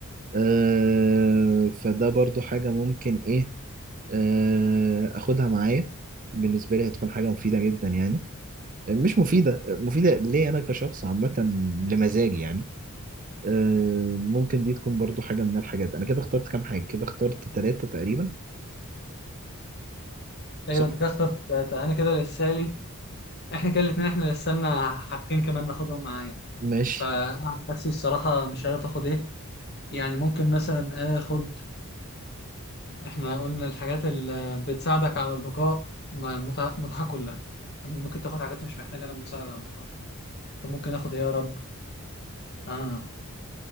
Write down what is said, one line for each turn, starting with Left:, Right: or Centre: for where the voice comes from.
Right: آه فده برضو حاجة ممكن ايه آه اخدها معايا بالنسبة لي هتكون حاجة مفيدة جدا يعني مش مفيدة مفيدة ليه أنا كشخص عامة لمزاجي يعني آه، ممكن دي تكون برضو حاجة من الحاجات أنا كده اخترت كام حاجة كده اخترت تلاتة تقريبا
Left: أيوه
Right: صح
Left: أنت كده اخترت ثلاثة أنا كده لسه لي إحنا كده الاتنين إحنا لسه لنا حاجتين كمان ناخدهم معايا
Right: ماشي
Left: فأنا عن نفسي الصراحة مش عارف آخد إيه يعني ممكن مثلا آخد احنا قلنا الحاجات اللي بتساعدك على البقاء ما- متعة متعة كلها انت ممكن تاخد حاجات مش محتاجة للمساعدة على البقاء انت ممكن اخد ايه يا رب اه